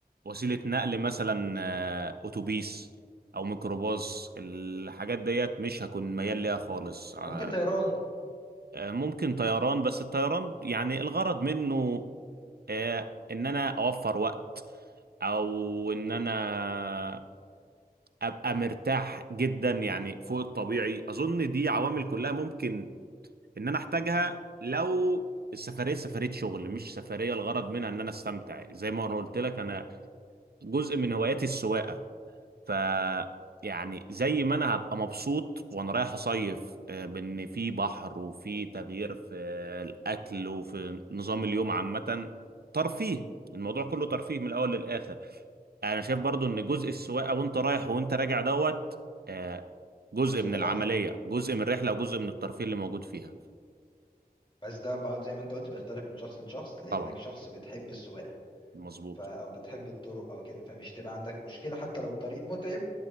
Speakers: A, on the right; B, on the left.
A: وسيله نقل مثلا آه، اتوبيس او ميكروباص الحاجات ديت مش هكون ميال ليها خالص آه،
B: ممكن طيران
A: آه، ممكن طيران بس الطيران يعني الغرض منه آه، ان انا اوفر وقت او ان انا ابقى مرتاح جدا يعني فوق الطبيعي اظن دي عوامل كلها ممكن ان انا احتاجها لو السفريه سفريه شغل مش سفريه الغرض منها ان انا استمتع زي ما انا قلت لك انا جزء من هواياتي السواقه ف يعني زي ما انا هبقى مبسوط وانا رايح اصيف آه، بان في بحر وفي تغيير في الاكل وفي نظام اليوم عامه ترفيه الموضوع كله ترفيه من الاول للاخر انا شايف برضو ان جزء السواقه وانت رايح وانت راجع دوت آه، جزء
B: جزء
A: من
B: من الرحله
A: العمليه جزء من الرحله وجزء من الترفيه اللي موجود فيها
B: بس ده بقى زي ما انت قلت بيختلف من شخص لشخص لانك
A: طبعا
B: شخص بتحب السواقه
A: مظبوط
B: ف... او بتحب الطرق او كده فمش تبقى عندك مشكله حتى لو الطريق متعب